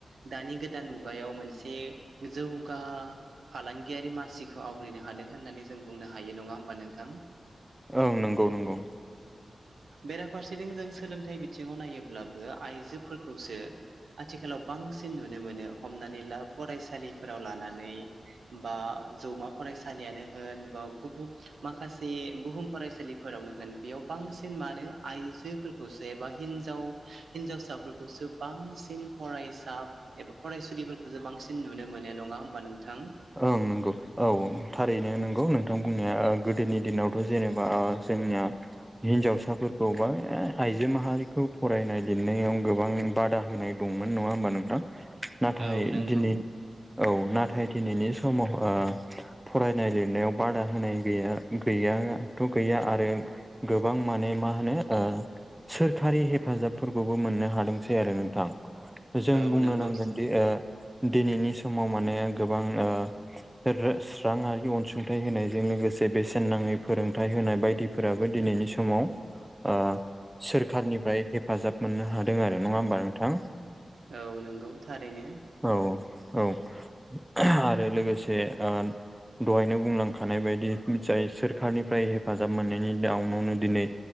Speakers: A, on the right (about 80°); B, in the centre.
A: दानि गोदान मुगायाव मोनसे जौगा फालांगियारि मासिखौ आवग्रिनो हादों होननानै जों बुंनो हायो नङा होमबा नोंथां?
B: ओं नंगौ नंगौ।
A: बेराफारसेथिं जों सोलोंथाइ बि थिङाव नायोब्लाबो आइजोफोरखौसो आथिखालाव बांसिन नुनो मोनो हमनानै ला फरायसालिफोराव लानानै बा जौमा फरायसालियानो होन बा गुबुन माखासे बुहुम फरायसालि फोरावनो होन बेयाव बांसिन मानो आइजोफोरखौसो एबा हिनजाव हिनजावसाफोरखौसो बांसिन फरायसा एबा फरायसुलिफोरखौसो बांसिन नुनो मोनो नङा होमबा नोंथां?
B: ओं नोंगौ औ औ थारैनो नोंगौ नोंथां बुंनाया ओ गोदोनि दिनावथ' जेनेबा आ जोंनिया हिन्जावसाफोरखौ बा ए आइजो माहारिखौ फरायनाय लिरनायाव गोबां बाद दा होनाय दंमोन नङा होमबा नोंथां नाथाय
A: औ नंगौ
B: दिनै औ नाथाय दिनैनि समाव ओ फरायनाय लिरनायाव बादा होनाय गैया गैयाथ' गैया आरो गोबां माने मा होनो ओ सोरखारि हेफाजाबफोरखौबो मोननो हादोंसै आरो नोंथां। जों
A: औ
B: बुंनो
A: नंगौ
B: नांगोनदि ओ दिनैनि समाव माने गोबां ओ <unintelligible> राङारि अनसुंथाइ होनायजों लोगोसे बेसेन नाङै फोरोंथाइ होनाय बायदि फोराबो दिनैनि समाव ओ सोरखारनिफ्राय हेफाजाब मोननो हादों आरो नङा होमबा नोंथां
A: औ नंगौ थारैनो
B: औ औ औ आरो लोगोसे ओन दहायनो बुंलांखानाय बायदि <unintelligible> सोरखारनिफ्राय हेफाजाब मोननायनि जाहुनावनो दिनै